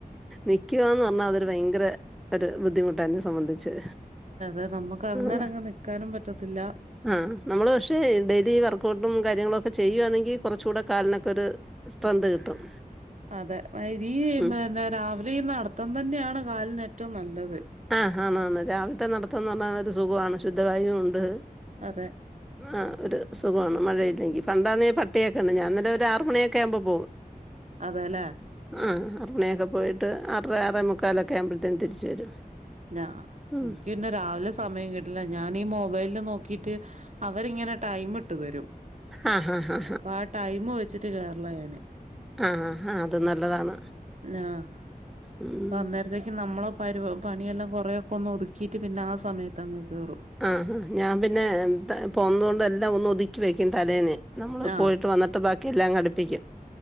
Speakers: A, in the centre; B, on the right.
A: നിക്ക്യാന്ന് പറഞ്ഞാൽ അതൊരു ഭയങ്കര ഒരു ബുദ്ധിമുട്ട എന്നെ സംബന്ധിച്ച്
B: അതെ നമുക്ക് അങ്ങനെ
A: ആഹ്
B: അങ്ങ് നിക്കാനും പറ്റത്തില്ല
A: ആഹ് നമ്മള് പക്ഷേ ഡെയിലി വർക്കഔട്ടും കാര്യങ്ങളും ഒക്കെ ചെയ്യുവാണെങ്കിൽ കുറച്ചു കൂടെ കാലിനൊക്കെ ഒരു സ്ട്രെന്ത് കിട്ടും
B: അതെ ഈ
A: ഉം
B: പിന്നെ രാവിലെ ഈ നടത്തം തന്നെയാണ് കാലിന് ഏറ്റവും നല്ലത്
A: ആഹ് ആന്ന് ആന്ന് രാവിലത്തെ നടത്തന്ന് പറഞ്ഞ ഒരു സുഖമാണ് ശുദ്ധവായും ഉണ്ട്
B: അതെ
A: ആഹ് ഒരു സുഖമാണ് മഴയില്ലെങ്കിൽ പണ്ടാന്നെ പട്ടിയൊക്കെ ഉണ്ട് ഞാൻന്നല ഒരു ആറ് മണിയൊക്കെ ആകുമ്പോ പോകും <inaudible>
B: അതെല്ലേ
A: ആഹ് ആറുമണിക്ക് പോയിട്ട് ആറര ആറേമുക്കാലൊക്കെ ആമ്പഴത്തേും തിരിച്ചു വരും
B: ഞാ
A: ഉം
B: എനിക്ക് പിന്നെ രാവിലെ സമയം കിട്ടില്ല ഞാനീ മൊബൈലില് നോക്കിട്ട് അവരിങ്ങനെ ടൈം ഇട്ട് തരും
A: ആ ആ ആ
B: അപ്പൊ ആഹ് ടൈമ് വെച്ചിട്ട് കേറലാ ഞാന്
A: ആ ആ ആ ആ അത് നല്ലതാണ്
B: ആഹ്
A: ഉം
B: അപ്പൊ അന്നേരത്തേക്ക് നമ്മള പരിവ പണിയെല്ലാം കുറെയൊക്കെ ഒന്ന് ഒതുക്കിയിട്ട് പിന്നെ ആഹ് സമയത്തങ്ങ് കേറും
A: ആഹ് ഞാൻ പിന്നെ പോന്നത് കൊണ്ട് എല്ലാം ഒന്ന് ഒതുക്കി വെക്കും തലേന്നെ നമ്മള്
B: ആ
A: പോയിട്ട് വന്നിട്ട് ബാക്കി എല്ലാം അങ്ങടുപ്പിക്കും